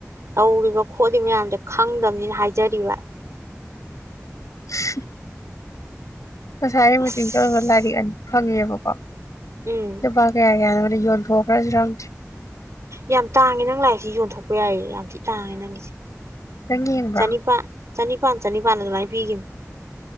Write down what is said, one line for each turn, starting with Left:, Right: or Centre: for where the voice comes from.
Right: ꯇꯧꯔꯤꯕ ꯈꯣꯠꯂꯤꯕ ꯃꯌꯥꯝꯁꯣ ꯈꯪꯗꯕꯅꯤꯅ ꯍꯥꯏꯖꯔꯤꯕ
Left: <unintelligible> ꯁꯥꯥꯏ ꯃ
Right: ꯑꯁ
Left: ꯇꯤꯟ ꯆ ꯁꯔ ꯂꯥꯔꯒꯅꯤ ꯐꯪꯕꯀꯣ ꯑꯗꯨꯄꯥꯒꯦ
Right: ꯎꯝ
Left: ꯍꯥꯏꯒꯦ ꯌꯣꯟꯕꯕꯔꯖ ꯔꯝ
Right: ꯌꯥꯝ ꯇꯥꯡꯉꯦ ꯅꯪ ꯂꯥꯏꯔꯤꯁꯤ ꯌꯣꯟꯊꯣꯛꯄ ꯀ ꯌꯥꯏ ꯌꯥꯝ ꯊꯤ ꯇꯥꯡꯉꯦ ꯅꯪꯒꯤꯁꯦ
Left: ꯆꯉꯤꯟꯕ꯭ꯔꯥ
Right: ꯆꯅꯤꯄꯥꯟ ꯆꯅꯤꯄꯥꯟ ꯆꯅꯤꯄꯥꯟ ꯑꯗꯨꯃꯥꯏꯅ ꯄꯤꯈꯤꯕ